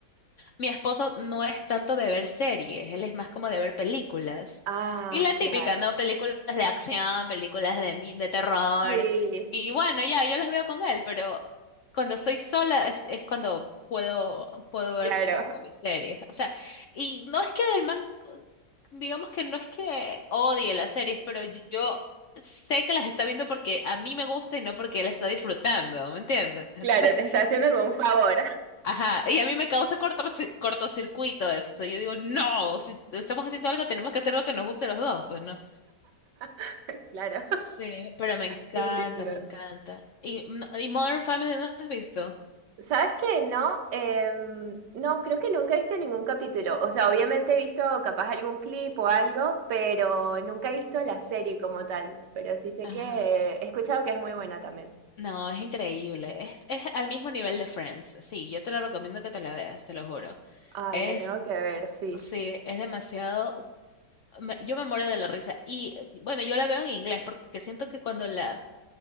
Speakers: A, on the left (about 70°); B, on the right (about 75°).
A: mi esposo no es tanto de ver series, él es más como de ver películas.
B: Ah,
A: Y la típica,
B: claro.
A: ¿no? Películas de acción, películas de, mi- de terror.
B: Sí,
A: Y bueno, ya, yo las veo con él, pero cuando estoy sola es, es cuando puedo, puedo ver
B: claro.
A: como que mis series. O sea, y no es que del man, digamos que no es que odie las series, pero yo sé que las está viendo porque a mí me gusta y no porque él está disfrutando, ¿me entiendes? Entonces...
B: Claro, te está haciendo como un favor.
A: Ajá, y a mí me causa cortorci- cortocircuito eso. Yo digo, no, si estamos haciendo algo, tenemos que hacer lo que nos guste a los dos, pues no.
B: <laughs> Claro,
A: Sí, pero me encanta,
B: te entiendo.
A: me encanta. Y, no- y Modern Family no has visto.
B: ¿Sabes qué? No, Em, no, creo que nunca he visto ningún capítulo. O sea, obviamente he visto capaz algún clip o algo, pero nunca he visto la serie como tal. Pero sí sé
A: Ajá.
B: que eh, he escuchado que es muy buena también.
A: No, es increíble. Es, es al mismo nivel de Friends. Sí, yo te lo recomiendo que te la veas, te lo juro.
B: Ay,
A: Es,
B: la tengo que ver, sí.
A: sí, es demasiado. me- yo me muero de la risa. Y eh, bueno, yo la veo en inglés porque siento que cuando la